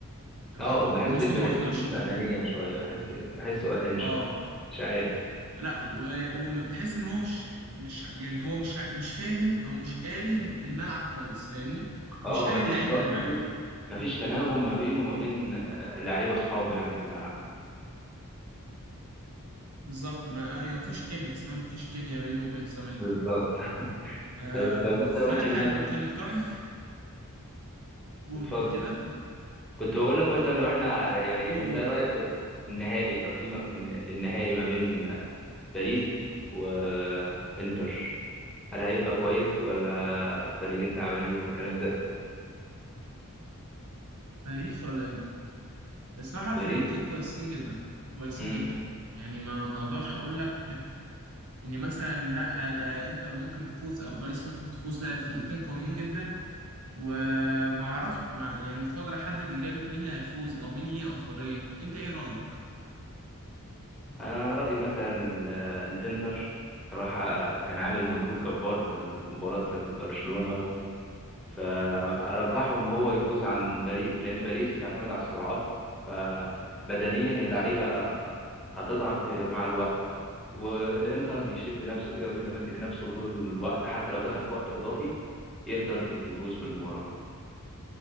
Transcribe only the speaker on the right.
تمام
موسم
21
كمان
اه
لا و- وتحس ان هو مش مش يعني هو مش مش فاهم او مش قاري الملعب كويس فاهمني
مش قاري
اللعيبه
اللي معاه
بالظبط ما ايوه مفيش كيمياء اسمها مفيش كيمياء بينه وبين الزماهير
آه
فانا كان
كان اقتراحي في- قول
كده
قول
قول
باريس ولا انتر الصراحه
الفريقين كويسين جدا كويسين
جدا يعني ما ما اقدرش اقول لك ان مثلا لا ده انتر ممكن تفوز او باريس ممكن تفوز لا الفرقتين قويين جدا وما اعرفش مع- يعني مش هقدر احدد اجابه مين اللي هيفوز او مين ليه افضليه انت ايه رايك
مم.